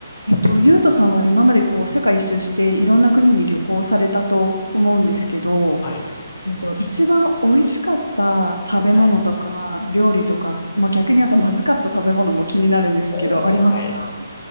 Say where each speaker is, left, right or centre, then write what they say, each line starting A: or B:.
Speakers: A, on the left (about 90°); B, on the left (about 40°).
A: えっと、ゆうとさんは今までこう世界一周していろんな国に旅行されたと思うんですけど、
B: はい。
A: えっと、一番美味しかった食べ物とか料理とか、
B: はい。
A: まあ、逆にあとまずかった食べ物も気になるんですけど、
B: おー、
A: ありますか
B: はい。